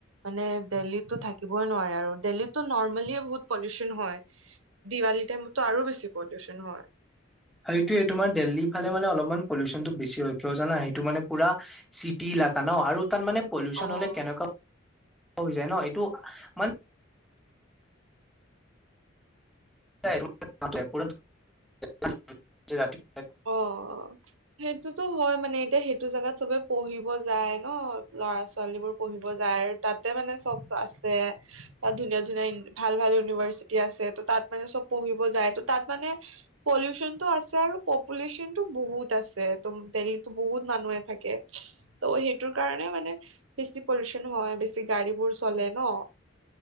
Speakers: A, on the right (about 85°); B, in the centre.
A: মানে দিল্লীতো থাকিবই নোৱাৰে আৰু দিল্লীতো নৰ্মেলিয়ে বহুত পলিউশ্যন। হয় দিৱালী টাইমতো আৰু বেছি পলিউশ্যন হয়।
B: এইটো তোমাৰ দিল্লী ফালে মানে অলপমান। পলিউশ্যচনতটো বেছি হয় কিয় জানা সেইটো মানে পোৰা চিটি ইলাকা ন আৰু তাত মানে। পলিউশ্যন
A: অ
B: হলে কেনে কুৱা হৈ যায় ন এইটো মা <unintelligible> যে ৰাতি
A: অ অ। সেইটোতো হয় মানে এতিয়া সেইটো জেগাত চবে পঢ়িব যায় ন ল'ৰা ছোৱালী বোৰ পঢ়িব যায়। তাতে মানে চব আছে। তাত ধুনীয়া ধুনীয়া ভাল ভাল ইউনিভাৰ্চিটি আছে ত' তাত মানে চব পঢ়িব যায় ত তাত মানে। পলিউশ্যন টো আছে আৰু পপুলেশ্বন টো বহুত আছে ত দেল্লী বহুত মানুহে থাকে। ত' সেইটোৰ কাৰণে মানে বেছি পলিউশ্যন হয় বেছি গাড়ী বোৰ চলে ন